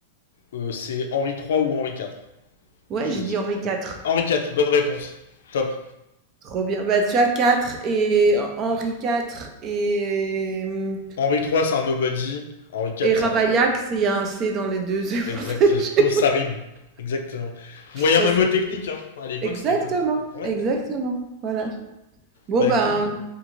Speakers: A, on the left; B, on the right.
A: euh, c'est Henri III ou Henri IV.
B: Ouais,
A: Je choisis.
B: j'ai dit Henri 4.
A: Henri IV, bonne réponse. Top.
B: Trop bien. Bah, tu as 4 et Henri 4 et mmh
A: Henri III, c'est un nobody. Henri IV,
B: et Ravaillac,
A: c'est un.
B: c'est il y a un C dans les 2. <laughs> c'est
A: Exactement,
B: pour ça que j'ai
A: ça rime. Exactement. Moyen
B: facilité.
A: même technique, hein. À l'époque,
B: Exactement,
A: c'était comme. Ouais.
B: exactement, voilà. Bon,
A: Bah
B: ben,
A: écoute.